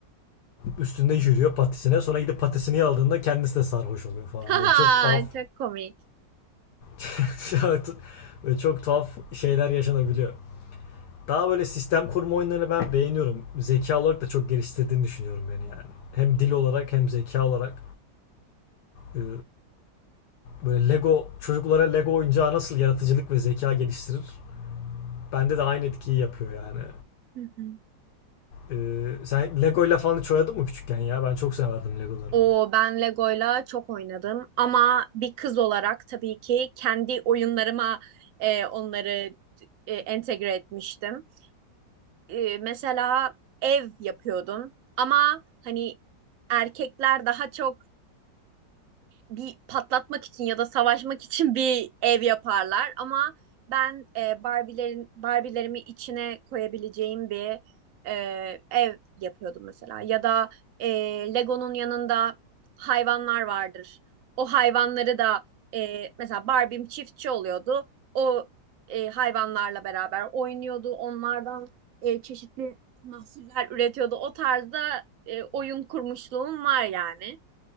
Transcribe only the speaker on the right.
<laughs> Haha,
çok komik.
Hı hı.
O ben Lego'yla çok oynadım ama bir kız olarak tabii ki kendi oyunlarıma e, onları e, entegre etmiştim. E, mesela ev yapıyordum ama hani erkekler daha çok bir patlatmak için ya da savaşmak için bir ev yaparlar ama ben e, Barbie'lerin Barbie'lerimi içine koyabileceğim bir e, ev yapıyordum mesela ya da e, Lego'nun yanında hayvanlar vardır. O hayvanları da e, mesela Barbie'm çiftçi oluyordu. O e, hayvanlarla beraber oynuyordu. Onlardan e, çeşitli mahsuller üretiyordu. O tarzda e, oyun kurmuşluğum var yani.